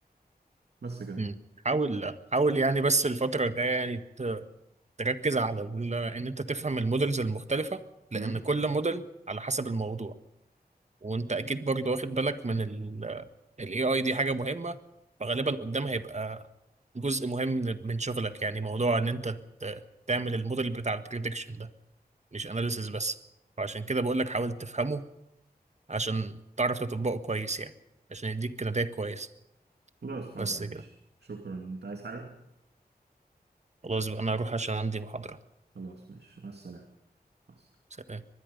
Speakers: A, on the right; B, on the right.
A: بس كده
B: مم. حاول حاول يعني بس الفترة الجاية يعني ت- تركز على ال- ان انت تفهم المودلز المختلفة لان
A: امم
B: كل موديل على حسب الموضوع وانت اكيد برضه واخد بالك من ال الاي اي دي حاجة مهمة فغالبا قدام هيبقى جزء مهم من من شغلك يعني موضوع ان انت ت- تعمل الموديل بتاع البريدكشن ده مش اناليسيس بس فعشان كده بقول لك حاول تفهمه عشان تعرف تطبقه كويس يعني عشان يديك نتائج كويسة
A: خلاص حاضر
B: بس
A: ماشي
B: كده
A: شكرا انت عايز حاجة
B: خلاص بقى أنا هروح عشان عندي محاضرة
A: خلاص ماشي مع السلامة مع السلامة.
B: سلام